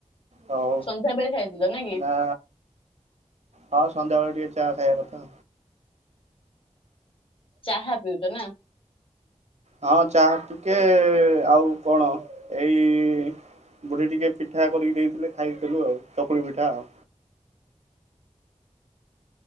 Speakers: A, on the right; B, on the left.
A: ହଉ
B: ସନ୍ଧ୍ୟା ବେଳେ ଖାଇଥିଲ କି
A: ନା। ହ ସନ୍ଧ୍ୟାବେଳେ ଟିକେ ଚା ଖାଇବା କଥା।
B: ଚାହା ପିଉଛ ନା?
A: ହଁ ଚାହା ଟିକେ-ଏ-ଏ-ଏ ଆଉ କଣ ଏଇ-ଇ-ଇ-ଇ ବୁଢୀ ଟିକେ ପିଠା କରିକି ଦେଇଥିଲେ ଖାଇଥିଲୁ ଆଉ ଚକୁଳି ପିଠା ଆଉ।